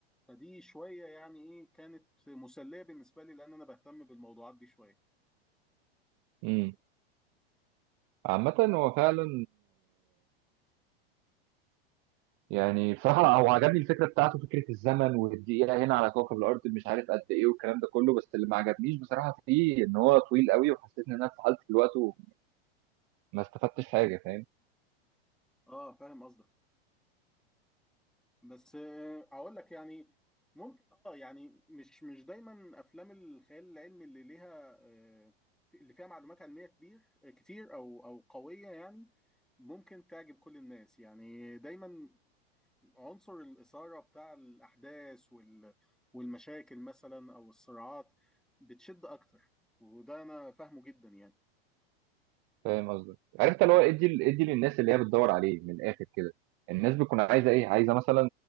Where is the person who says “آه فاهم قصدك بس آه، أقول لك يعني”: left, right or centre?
Centre